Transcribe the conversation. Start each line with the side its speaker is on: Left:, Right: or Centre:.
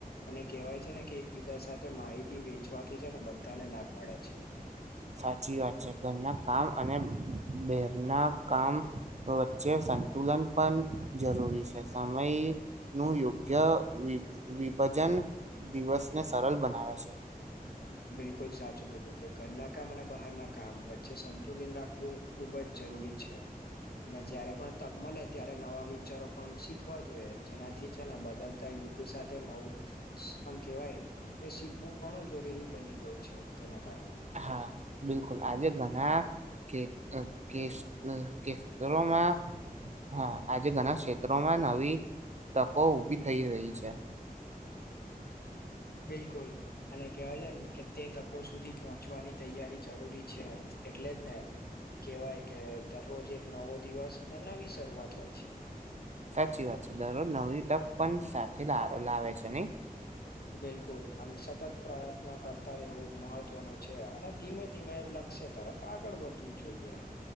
Left: અને કેહેવાય છે ને કે એક બીજા સાથે માહિતી વેચવાથી છે ને બધાને લાભ મળે છે.
Right: સાચી વાત છે ઘરના કામ અને બહેરના કામ જે સંતુલન પણ જરૂરી છે સમય નું યોગ્ય વિભાજન દિવસને સરળ બનાવે છે.
Left: બિલકુલ સાચું કીધું કે ઘરના કામ અને બહાર ના કામ વચ્ચે સંતુલન રાખવું ખબ જ જરૂ છે અને જ્યારે પણ તક મળે ત્યારે નવા વિચારો પણ શીખવા જોઈએ જેનાથી છે ને બદલતા યુગ સાથે નવું આમ કેવાય કે શીખવું ઘણું જોરીરી બની ગયું છે તેના કારણે
Right: હા બિલકુલ આજે ઘણા કે કે કેસરોમાં હા આજે ઘણા સે ચોમાં નવી તકો ઉભી થઈ રહી છે.
Left: બિલકુલ અને કેવાય છે ને કે તે તકો સુધી પહોંચ ચવાની તૈયારી જરૂરી છે એટલે જ ને કેવાય કે દરરોજ એક નવો દિવસ ને નવી શરૂઆત હોય છે.
Right: સાચી વાત છે દરરોજ નવી તક પણ સાથે લાવે છે નહી
Left: બિલકુલ આમ સતત પ્રયત્ન કરતા રહેવું મહત્વનું છે અને ધીમે ધીમે લક્ષ્ય તરફ આગળ વધવું જોઈએ